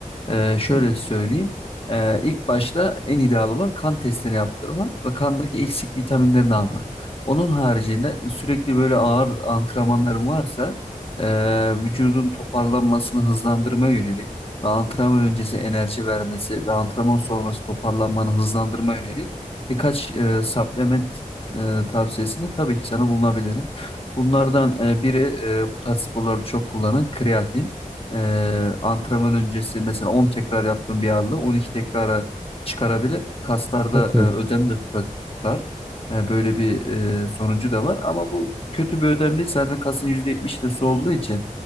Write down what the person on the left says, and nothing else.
Ee, şöyle
söyleyeyim. Ee, ilk başta en ideal olan kan testini yaptırma ve kandaki eksik vitaminlerini alma. Onun haricinde sürekli böyle ağır antrenmanların varsa ee, vücudun toparlanmasını hızlandırmaya yönelik ve antrenman öncesi enerji vermesi ve antrenman sonrası toparlanmanı hızlandırmaya yönelik birkaç e, supplement e, tavsiyesinde tabii ki sana bulunabilirim. Bunlardan e, biri e, bu tarz sporlarda çok kullanılan kreatin. Ee, antrenman öncesi mesela 10 tekrar yaptığım bir ağırlığı 12 tekrara çıkarabilir. Kaslarda
e, ödem de tuta- tutar. Yani böyle bir e, sonucu da var. Ama bu kötü bir ödem değil. Zaten kasın %70'i de su olduğu için